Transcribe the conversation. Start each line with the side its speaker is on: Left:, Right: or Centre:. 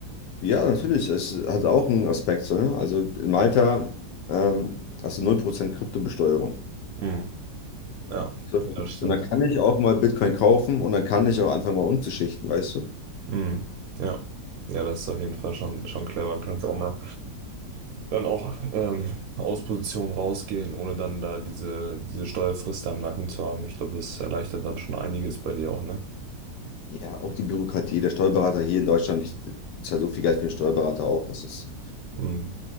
Left: Ja, natürlich. Es hat auch einen Aspekt. So, ne? Also in Malta ähm, hast du null Prozent Kryptobesteuerung.
Right: Mhm. Ja,
Left: So.
Right: ja, das stimmt.
Left: Und dann kann ich auch mal Bitcoin kaufen und dann kann ich auch anfangen, mal umzuschichten, weißt du?
Right: Mhm. Ja. Ja, das ist auf jeden Fall schon, schon clever. Kannst auch mal Dann auch ähm, aus Position rausgehen, ohne dann da diese, diese Steuerfrist da im Nacken zu haben. Ich glaube, das erleichtert dann schon einiges bei dir auch, ne?
Left: Ja, auch die Bürokratie. Der Steuerberater hier in Deutschland, ich zahle so viel Geld für den Steuerberater auch. Das ist,
Right: Mhm.